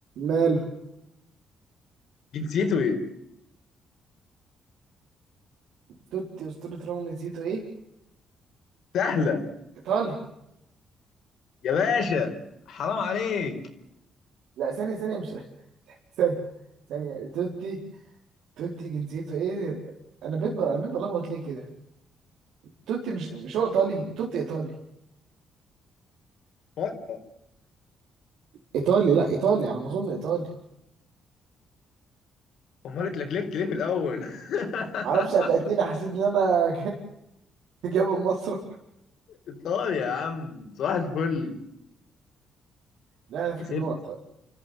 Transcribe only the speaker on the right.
ماله
توتي أسطورة روما جنسيته إيه؟
إيطالي
لا ثانية ثانية مش ثانية ثانية توتي توتي جنسيته ايه انا بيت انا بيت بلخبط ليه كده توتي مش مش هو ايطالي توتي ايطالي
ايطالي لا ايطالي على ما اظن ايطالي
معرفش قلقتني حسيت ان انا <laughs> جاي من مصر
لا انا فاكر
ان هو ايطالي